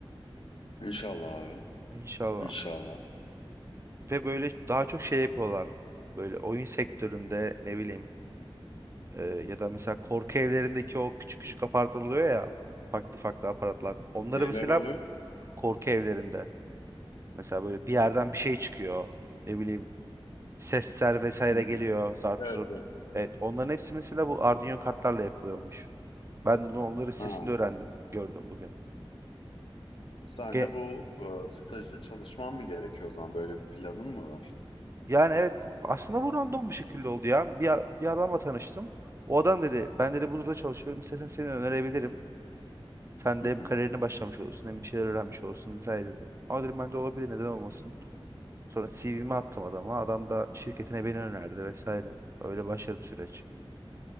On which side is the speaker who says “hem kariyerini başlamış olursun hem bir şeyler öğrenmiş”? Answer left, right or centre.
Right